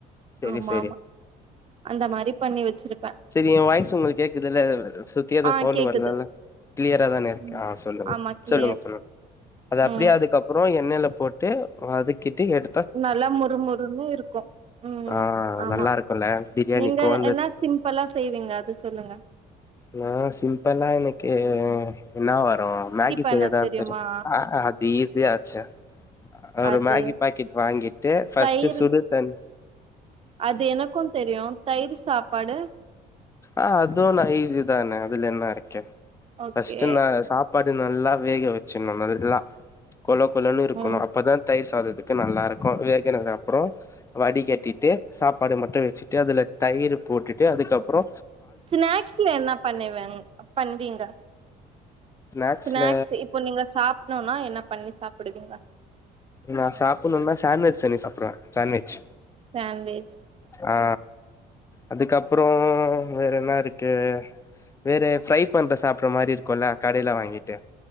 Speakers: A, on the left; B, on the right.
A: செரி
B: ஆமா
A: செரி
B: ஆமா அந்த மாரி பண்ணி வெச்சிருப்பே
A: சரி என் வாய்ஸ் உங்குளுக்கு கேக்குதுல்ல சுத்தியெது
B: ஆ
A: சவுண்டு
B: கேக்குது
A: வரலல்ல கிளியரா தானே இருக்கு
B: ம்
A: ஆ சொல்லுங்க
B: ஆமா கிளியர்
A: சொல்லுங்க சொல்லுங்க அது அப்டியே
B: ம்
A: அதுக்கப் ற எண்ணெயில போட்டு வதக்கிட்டு எடு
B: நல்லா மொறுமொறுன்னு இருக்கு உம்
A: ஆ
B: ஆமா
A: நல்லா இருக்குல்ல பிரியாணிக்கோ
B: நீங்க
A: அந்த
B: என்ன
A: சி
B: சிம் பளா செய்வீங்க அது சொல்லுங்க
A: நா சிம்பளா இன்னிகி என்னா வரு மேகி
B: பண்ண
A: செய்யாத
B: தெரியுமா
A: தெரியு ஆ அது ஈஸியா ஆச்சே ஒரு
B: அது
A: மேகி பாக்கெட் வாங்கிட்டு ஃபர்ஸ்ட்டு
B: தயிர்
A: சுடு தண்
B: அது எனக்கு தெரியு தயிர் சாப்பாடு
A: ஆ அதுவு நா ஈசி தான அதுல என்ன அரைக்க
B: ஓகே
A: ஃபஸ்ட்டு நா சாப் பாடு நல்லா வேக வெச்சிண்ணோ நல்லா கொல கொலன்னு இருக்கணு
B: ம்
A: அப்பதா தயிர் சாதத்துக்கு நல்லா இருக்கு வேகனதுக்கு அப்பற வடி கட்டிட்டு சாப்பாடு மட்டு வெச்சுட்டு அதுல தயிரு போட்டுட்டு அதுக்கப்பறோ
B: ஸ்நாக்ஸ்ல என்ன பண்ணுவ பண்வீங்க
A: ஸ்நாக்ஸ்ல
B: ஸ்நாக்ஸ் இப்போ நீங்க சாப்பணும்னா என்ன பண்ணி சாப்பிடுவீங்க
A: நா சாப்பணுனா சேண்வெஜ் செஞ்சி சாப்டுவ சேண்வெஜ்
B: சேண்வெ
A: ஆ அதுக்கப்பறோ வேற என்ன இருக்கு வேற ஃப்ரை பண்ற சாப்பற மாரி இருக்குல்ல கடையில்ல வாங்கிட்டு